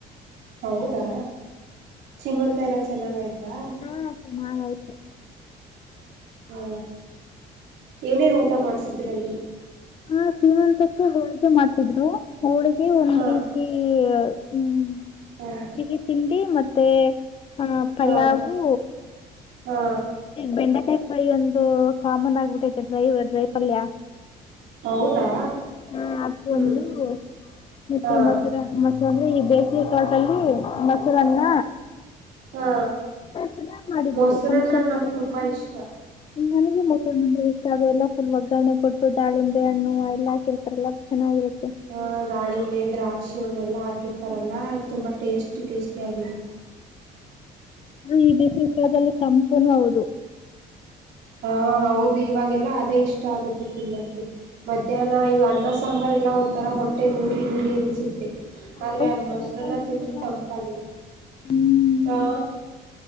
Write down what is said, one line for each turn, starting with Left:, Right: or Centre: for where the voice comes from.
Right: ಹೌದಾ ಶೀಮಂತ ಎಲ್ಲ ಚೆನ್ನಾಗ ಆಯ್ತಾ
Left: ಹಾ ಚೆನ್ನಾಗಯ್ತು
Right: ಹಾ ಏನೇನ್ ಊಟ ಮಾಡ್ಸಿದ್ರಲ್ಲಿ
Left: ಹಾ ಸ್ರೀಮಂತಕ್ಕೆ ಹೋಳ್ಿಗೆ ಮಾಡ್ತಿದ್ರು ಹೋಳಿಗೆ ಒಂದ್
Right: ಹಾ
Left: ರೀತಿ ಹ್ಮ್
Right: ಹಾ
Left: ಸಿಗಿ ತಿಂಡಿ ಮತ್ತೆ ಹ ಪಲಾವು್
Right: ಹಾ ಹಾ
Left: ಈ ಬೆಂಡೆಕಾಯಿ ಫಾಯಿ ಒಂದು ಕಾಮನ್ ಆಗ್ಬಿಟ್ಟೈತೆ ಡ್ರೈವ ದ್ರೈಫಲ್ಯ
Right: ಹೌದಾ
Left: ಹಾ ಅದು
Right: ಹ್ಮ್
Left: ಒಂದು ಮತ್ತೆ
Right: ಹಾ
Left: ಮಸರ ಮಸ ಈ ಬೇಸಿಗೆ ಕಾಲದಲ್ಲಿ ಮೊಸರನ್ನ
Right: ಹಾ
Left: ಚೆನ್ನಾಗ್ ಮಾಡಿದ್ರು
Right: ಮೊಸರನ್ನ
Left: ಫಂಕ್ಷನ್
Right: ನಂಗೆ
Left: ಹಾಲ್ ಅಲ್ಲಿ
Right: ತುಂಬಾ ಇಷ್ಟ
Left: ನನಗೂ ಮೊಸರನ್ನ ಇಷ್ಟ ಅದೆ ಎಲ್ಲ ಫುಲ್ ಒಗ್ಗರಣೆ ಕೊಟ್ಟು ದಾಳಿ ಹಣ್ಣು ಎಲ್ಲಾ ಹಾಕೀರತಾರ ಅಲ್ಲಾ ಚೆನ್ನಾಗಿರುತ್ತೆ
Right: ಹಾ ದಾಳಿಂಬೆ ದ್ರಾಕ್ಷಿ ಅವನ ಎಲ್ಲಾ ಹಾಕಿರ್ತಾರಲ್ಲ ತುಂಬಾ ಟೇಸ್ಟಿ ಟೇಸ್ಟಿ ತ್ಯಾಗಿರುತ್ತೆ
Left: ಅ ಈ ಬಿಸ ಕಾಲದಲ್ಲಿ ಸಂಪೂರ್ಣ ಹೌದು
Right: ಹಾ ಹೌದು ಇವಾಗೆಲ್ಲ ಅದೇ ಇಷ್ಟ ಆಗುತ್ತೆ ತಿನ್ನೋಕ್ಕೆ ಮಧ್ಯಾಹ್ನ ಅನ್ನ ಸಾಂಬಾರ್ ಎಲ್ಲ ಒಂಥರ ಹೋಟೆಲ್ ಊಲಿ ಊರಿ ಎಲ್ಲಿ ಸುತ್ತ
Left: ಹೌದು
Right: ಆದ್ರೆ ಆ
Left: ತಿನ್ನಕ್ಕಾಗಂಗಿಲ್ಲ.
Right: ಮೊಸರನ ತಿಂದ್ರೆ ತಂಪಾಗಿರುತ್ತೆ
Left: ಹ್ಮ್
Right: ಹಾ